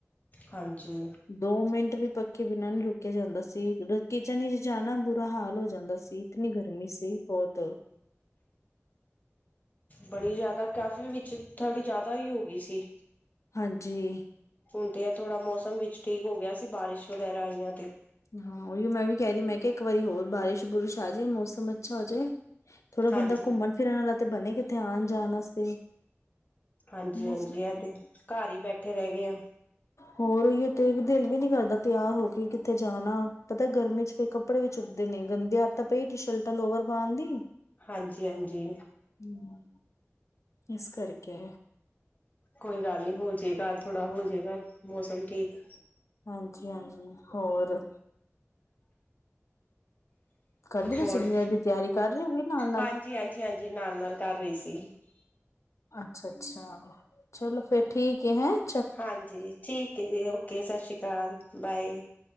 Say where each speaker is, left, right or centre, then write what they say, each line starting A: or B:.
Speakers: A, on the left (about 35°); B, on the left (about 80°).
A: ਹਾਂਜੀ।
B: ਦੋ ਮਿੰਟ ਵੀ ਪੱਖੇ ਬਿਨਾਂ ਨੀ ਰੁਕਿਆ ਜਾਂਦਾ ਸੀ ਕਿਚਨ ਵਿੱਚ ਜਾਣਾ ਬੁਰਾ ਹਾਲ ਹੋ ਜਾਂਦਾ ਸੀ ਇਤਨੀ ਗਰਮੀ ਸੀ ਬਹੁਤ।
A: ਬੜੀ ਜਿਆਦਾ ਕਾਫੀ ਵਿੱਚ ਥੋੜੀ ਜਿਆਦਾ ਹੀ ਹੋ ਗਈ ਸੀ।
B: ਹਾਂਜੀ।
A: ਹੁਣ ਤੇ ਆ ਥੋੜਾ ਮੌਸਮ ਵਿੱਚ ਠੀਕ ਹੋ ਗਿਆ ਸੀ ਬਾਰਿਸ਼ ਵਗੈਰਾ ਆਈਆਂ ਤੇ।
B: ਹਾਂ ਉਹੀ ਮੈਂ ਵੀ ਕਹਿ ਰਹੀ ਮੈਂ। ਇੱਕ ਵਾਰੀ ਹੋਰ ਬਾਰਿਸ਼ ਬੁਰਿਸ਼ ਆ ਜਾਏ ਮੌਸਮ ਅੱਛਾ ਹੋ ਜਾਏ। ਥੋੜਾ
A: ਹਾਂਜੀ।
B: ਬੰਦਾ ਘੁੰਮਣ ਫਿਰਨ ਆਲਾ ਤੇ ਬਣੇਗਾ। ਧਿਆਨ ਜਾਣ ਵਾਸਤੇ।
A: ਹਾਂਜੀ
B: ਮੌਸਮ
A: ਹਾਂਜੀ ਆ ਤੇ ਘਰ ਹੀ ਬੈਠੇ ਰਹਿ ਗਏ ਆ।
B: ਹੋਰ ਉਹੀ ਤੇ ਦਿਲ ਵੀ ਨੀ ਕਰਦਾ ਤਿਆਰ ਹੋ ਕੇ ਕਿੱਥੇ ਜਾਣਾ ਪਤਾ ਗਰਮੀ ਚ ਫਿਰ ਕੱਪੜੇ ਵੀ ਚੁੱਕਦੇ ਨੇ ਗੰਦੀ ਆਦਤ ਪਈ ਟੀ ਸ਼ਰਟਾਂ ਲੋਵਰ ਪਾਉਣ ਦੀ।
A: ਹਾਂਜੀ ਹਾਂਜੀ।
B: ਹੂੰ, ਇਸ ਕਰਕੇ।
A: ਕੋਈ ਗੱਲ ਨਹੀ ਹੋਜੇਗਾ ਥੋੜਾ ਹੋਜਏਗਾ ਮੌਸਮ ਠੀਕ।
B: ਹਾਂਜੀ ਹਾਂਜੀ ਹੋਰ। ਕਰ ਲਈ ਤੁਸੀਂ
A: ਹੋਰ
B: ਡਿਨਰ ਦੀ ਤਿਆਰੀ ਕਰ ਰਹੇ ਹੋ ਵੀ ਨਾਲ ਨਾਲ
A: ਹਾਂਜੀ ਹਾਂਜੀ ਹਾਂਜੀ ਨਾਲ ਨਾਲ ਕਰ ਰਹੀ ਸੀ।
B: ਅੱਛਾ ਅੱਛਾ ਚਲੋ ਫੇਰ ਠੀਕ ਹੈ ਹੈ।
A: ਹਾਂਜੀ ਠੀਕ ਹੈ ਜੀ ਓਕੇ ਸਤਿ ਸ਼੍ਰੀ ਅਕਾਲ ਬਾਏ।